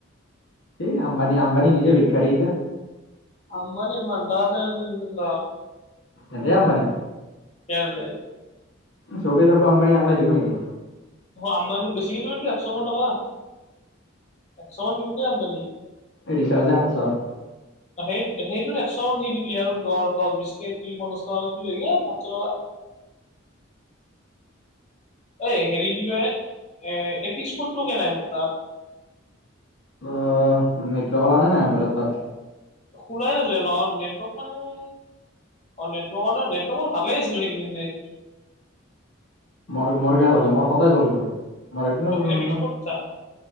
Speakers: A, on the left; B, on the left.
A: এই আম্বানী আম্বানী নিজে বিখাৰী গীতা
B: আম্বানী ইমান তহঁতে যোনটো ল
A: এতিয়া আম্বানী
B: কেনে যায়
A: চবেই চব আম্বানী আকলোই দিব নেকি।
B: আমবানিলে বেছিকে নামাইবি একশ মান টকা একশ মান দিবি দেই আমদানি।
A: ৰিচাৰ্জে সাতশ টকা
B: সেই সেইটো একশ মান দি দিবি আৰু দ দশ, বিশকে কি শ টকা অই হেৰি কি কয় এ এপিকফুটটো কেনে আমা তাত।
A: অ', নেত্ৰাৱল আনে নাই ভাৰত তাত।
B: খোলাই নাযায় নহ নেটৱৰ্ক মানে অ' নেটৱৰ্কৰ মানে নেটৱৰ্ক ভালেই আছিলে সেইকেইদন দেই
A: মৰ মোৰ কিয় চলে মোৰ সদায় চলেতো মোৰ একদিনো প্ৰব্লেম
B: আপিক্স
A: নহয়
B: ফুটতা